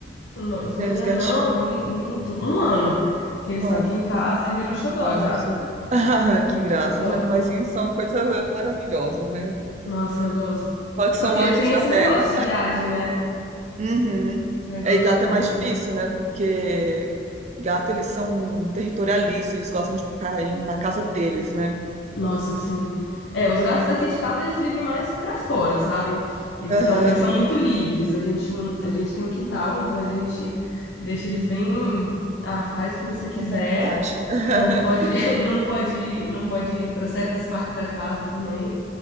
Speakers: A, on the left (about 75°); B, on the right (about 40°).
A: Um, dois
B: Que
A: dois
B: tem os
A: anos,
B: gatinhos,
A: não, mi- minto, um ano que eles
B: mano.
A: estão aqui em casa e virou xodó
B: Olha
A: já,
B: só. <laughs> Ah, que
A: virou
B: graça.
A: xodó.
B: Os animaizinhos são coisa maravilhosa, né?
A: Nossa, eu gosto.
B: Fala que
A: Só
B: são
A: que
B: anjos
A: tem
B: na
A: esse
B: terra.
A: negócio de viagem, né?
B: Uhum.
A: Esse negócio
B: É, e gato
A: de
B: é mais
A: viagem.
B: difícil, né? Porque gato, eles são territorialistas, eles gostam de ficar aí na casa deles, né?
A: Nossa, assim. É, os gatos daqui de casa, eles vivem mais pra fora, sabe? Eles
B: Aham,
A: estão, eles são muito livres. A gente não, a gente tem um quintal, então a gente deixa eles bem, ah, faz o que você quiser.
B: Tá à vontade. <laughs>
A: Não pode, <laughs> não pode, não pode ir para certas partes da casa também,